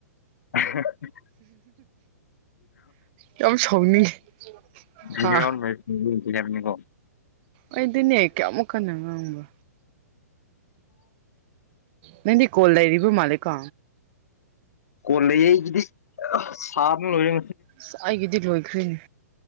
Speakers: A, on the left; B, on the right.
A: <unintelligible>
B: ꯌꯥꯝ ꯁꯥꯎꯅꯤꯡꯉꯤ
A: ꯏꯔꯩ
B: ꯍꯥ
A: ꯏꯔ ꯃꯩ ꯍꯔꯞꯅꯤꯀꯣ
B: ꯑꯩꯗꯤꯅꯦ ꯀꯦꯃꯛ ꯀꯅꯝꯕ ꯅꯗꯤ ꯀꯣꯜꯂꯔꯤꯕꯔꯤꯕ ꯃꯥꯂ ꯀꯣ
A: ꯀꯂꯖꯩꯗꯤ ꯁꯥꯔ ꯂꯣꯏ
B: ꯑꯁ ꯑꯩꯒꯤꯗꯤ ꯂꯣꯏꯈ꯭ꯔꯤꯅꯦ